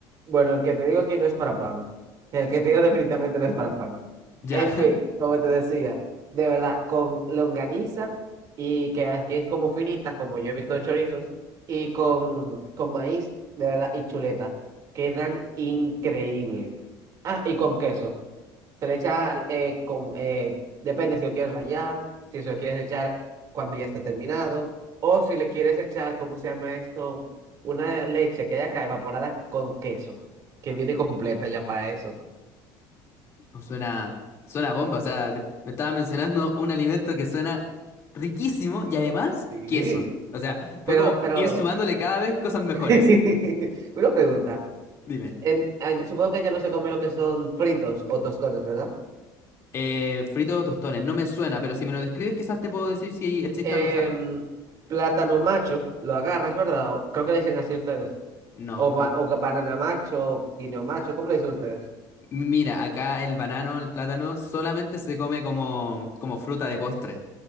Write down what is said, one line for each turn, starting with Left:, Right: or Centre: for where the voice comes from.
Right: bueno, el que te digo aquí no es para pan. El que te digo definitivamente no es para pan.
Left: Ya.
Right: En
Left: <laughs>
Right: fin, como te decía, de verdad, con longaniza y que aquí es como finita, como yo he visto de chorizos, y con, con maíz, de verdad, y chuleta. Quedan increíbles. Ah, y con queso. se le echa eh, con, eh, depende si lo quieres rallar si se lo quieres echar cuando ya está terminado, o si le quieres echar, ¿cómo se llama esto? Una leche que haya acá evaporada con queso, que viene completa ya para eso.
Left: Uh, Suena, suena bomba, o sea, te- me estaba mencionando un alimento que suena riquísimo y además queso.
Right: Sí.
Left: O sea, fue
Right: Pero,
Left: como
Right: pero,
Left: ir sumándole cada vez cosas mejores.
Right: <laughs> una pregunta.
Left: Dime.
Right: En- ay, supongo que ya no se come lo que son fritos o tostones, ¿verdad?
Left: Eh, frito o tostones, no me suena, pero si me lo describes quizás te puedo decir si existe
Right: Em,
Left: algo. o sea,
Right: plátano macho, lo agarras, ¿verdad? O- creo que le dicen así ustedes.
Left: no,
Right: O,
Left: no.
Right: ba- o ga- banana macho, guineo macho, ¿cómo le dicen ustedes?
Left: Mira, acá el banano, el plátano, solamente se come como, como fruta de postre.